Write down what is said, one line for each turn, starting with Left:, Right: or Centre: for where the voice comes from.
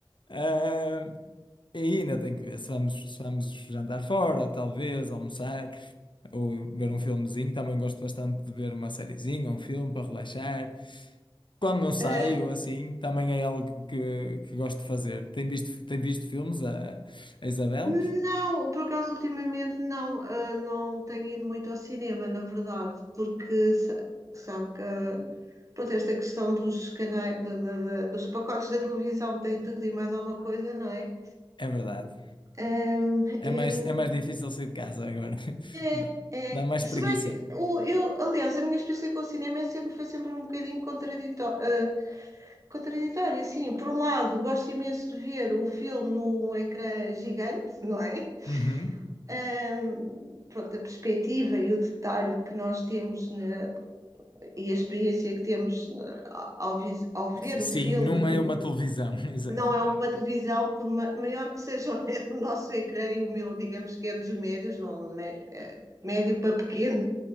Left: Ah, e ainda tenho que ver se vamos, se vamos jantar fora, talvez, almoçar, ou ver um filmezinho. Também gosto bastante de ver uma sériezinha, um filme para relaxar. Quando não saio,
Right: Ah,
Left: assim, também é algo que, que gosto de fazer. Tem visto, tem visto filmes a, a Isabel?
Right: não, por acaso ultimamente não, ah, não tenho ido muito ao cinema, na verdade, porque sa- sabe que ah, pronto, esta questão dos canais, da- da- da- dos pacotes da televisão tem tudo e mais alguma coisa, não é?
Left: É verdade.
Right: Ahm,
Left: É
Right: e-
Left: mais, é mais difícil sair de casa agora.
Right: é,
Left: <laughs>
Right: é.
Left: Dá dá mais
Right: Se
Left: preguiça.
Right: bem que o- eu, aliás, a minha experiência com o cinema é sempre, foi sempre um bocadinho contraditória, Contraditório, sim. Por um lado, gosto imenso de ver o filme num ecrã gigante, não é?
Left: Uhum.
Right: Ahm, pronto, a perspectiva e o detalhe que nós temos na- e a experiência que temos na- ao, ao ver
Left: Sim,
Right: o filme
Left: não é uma televisão. <laughs> Exato.
Right: não é uma televisão, por ma- maior que seja <laughs> o o nosso ecrã e o meu, digamos que é dos médios, não, né? É É médio para pequeno,